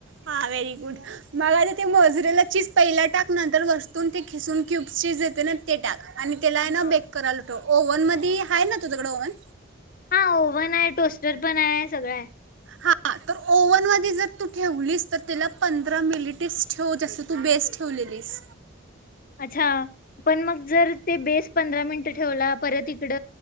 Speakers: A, on the right (about 60°); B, on the left (about 40°).
A: हा व्हेरी गुड मग आता ते मोजरेला चीज पहिला टाक नंतर वरून ते खिसून क्युब्स चेज येते ना ते टाक. आणि त्याला आहे
B: हा
A: ना बेक कराय लाव. ओव्हन मध्ये आहे ना तुझकडें ओव्हन!
B: हा ओव्हन आहे टोस्टर पण आहे. सगळं आहे.
A: हा तर ओव्हन मध्ये जर तू ठेवलीस तर त्याला पंधरा मिनिटेच ठेव जस तू बेस ठेवलेलीस.
B: अच्छा पण मग जर ते बेस पंधरा मिनिट ठेवला परत इ इकड